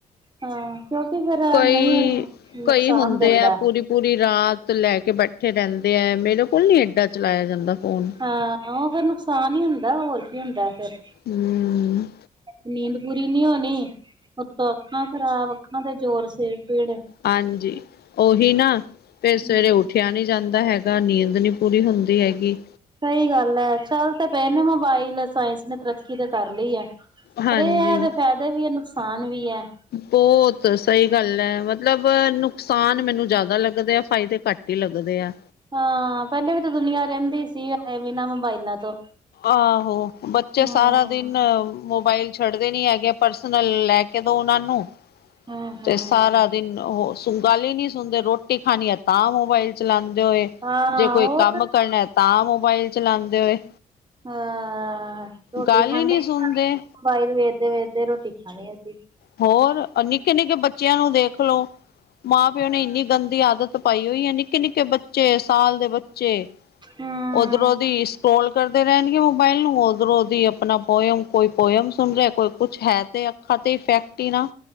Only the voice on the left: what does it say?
ਕੋਈ
ਕਈ ਹੁੰਦੇ
ਆ ਪੂਰੀ ਪੂਰੀ ਰਾਤ ਲੈ ਕੇ ਬੈਠੇ ਰੈਂਦੇ ਐ ਮੇਰੇ ਕੋਲ ਨੀ ਏਡਾ ਚਲਾਯਾ ਜਾਂਦਾ ਫ਼ੋਨ।
ਹੂੰ।
ਹਾਂਜੀ, ਓਹੀ ਨਾ ਫਿਰ ਸਵੇਰੇ
ਉੱਠ ਠਯਾ ਨੀ ਜਾਂਦਾ ਹੈਗਾ, ਨੀਂਦ ਨੀ ਪੂਰੀ ਹੁੰਦੀ ਹੈਗੀ।
ਹਾਂਜੀ
ਬੋਤ ਸਈ ਗੱਲ ਐ ਮਤਲਬ ਨੁਕਸਾਨ ਮੈਨੂੰ ਜਾਦਾ ਲੱਗਦੇ ਆ ਫਾਇਦੇ ਘੱਟ। ਈ ਲੱਗਦੇ ਐ।
ਆਹੋ, ਬੱਚੇ
ਸਾਰਾ ਦਿਨ ਮੋਬਾਇਲ ਛੱਡਦੇ ਨੀ ਹੈਗੇ, ਪਰਸਨਲ ਲੈ ਕੇ ਦੋ ਉਹਨਾਂ ਨੂੰ
ਤੇ ਸਾਰਾ ਦਿਨ ਉਹ ਗੱਲ ਈ ਨੀ ਸੁਣਦੇ, ਰੋਟੀ ਖਾਣੀ ਐ ਤਾਂ ਮੋਬਾਇਲ ਚਲਾਂਦੇ ਹੋਏ।
ਜੇ ਕੋਈ
ਕੰਮ ਕਰਨਾ ਤਾਂ ਮੋਬਾਇਲ ਚਲਾਂਦੇ ਹੋਏ।
ਗੱਲ
ਹੀ ਨਹੀਂ
ਸੁਣਦੇ
ਹੋਰ, ਨਿੱਕੇ- ਨਿੱਕੇ ਬੱਚਿਆਂ ਨੂੰ ਦੇਖਲੋ ਮਾਂ- ਪਿਓ ਨੇ ਇੰਨੀ ਗੰਦੀ ਆਦਤ ਪਾਈ ਉਈ ਐ, ਨਿੱਕੇ-ਨਿੱਕੇ ਬੱਚੇ ਸਾਲ ਦੇ ਬੱਚੇ ਬਚੇ,
ਉਧਰੋ ਉਦੀ ਕੌਲ ਕਰਦੇ ਰਹਿਣਗੇ ਮੋਬਾਇਲ ਨੂੰ ਉਧਰੋਂ ਉਦੀ ਆਪਣਾ ਪੋਇਮ ਕੋਈ ਪੋਇਮ ਸੁਣਦੇ ਆ ਕੋਈ ਕੁਛ ਹੈ ਤੇ ਖਤੇ ਫੈਕਟੀ ਨਾ